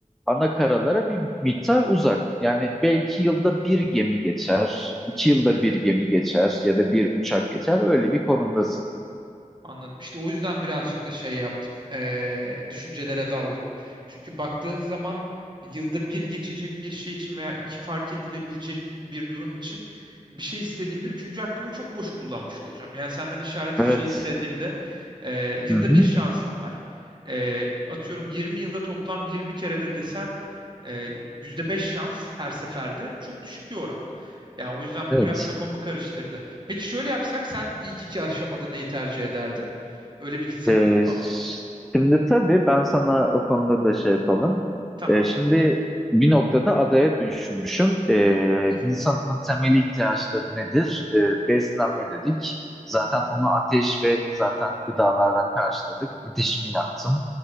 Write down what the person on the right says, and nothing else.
<laughs>
Anladım. İşte o yüzden birazcık da şey yaptım. eee, düşüncelere daldım. Çünkü baktığın zaman yılda bir geçecek bir şey için veya iki fark edilebilecek bir durum için bir şey istediğimde üçüncü hakkımı çok boş kullanmış olacağım. Yani senden işaret
fişeği istediğimde eee, yılda
bir şansım var. Eee, atıyorum 20 yılda toplam 20 kere de desen eee, %5 şans her seferde çok düşük bir oran. Yani o yüzden
bu biraz kafamı karıştırdı. Peki şöyle yapsak sen ilk iki aşamada neyi tercih ederdin? Öyle bir gitsek
olur mu?
Tamam.
Hı
hı,
hı hı.